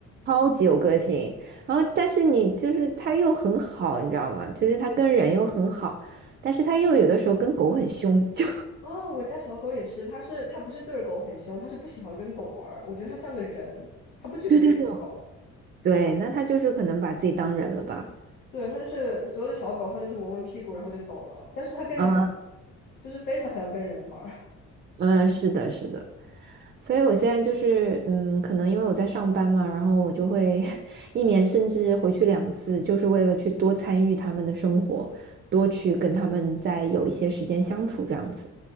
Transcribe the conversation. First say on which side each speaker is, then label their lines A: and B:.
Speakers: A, on the right; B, on the left.
A: 超级有个性。然后但是你就是它又很好，你知道吗？就是它跟人又很好，但是它又有的时候跟狗很凶，就
B: 哦，我家小狗也是，它是它不是对着狗很凶，它是不喜欢跟狗玩儿，我觉得它像个人，它不觉得自己是狗，
A: <laughs> 对对对对，那它就是可能把自己当人了吧？
B: 对，它就是所有的小狗，它就是闻闻屁股然后就走了，但是它跟人
A: 啊，
B: 就是非常喜欢跟人玩儿。
A: 嗯，是的，是的。所以我现在就是，嗯，可能因为我在上班嘛，然后我就会 <laughs> 一年甚至回去两次，就是为了去多参与他们的生活，多去跟他们再有一些时间相处这样子。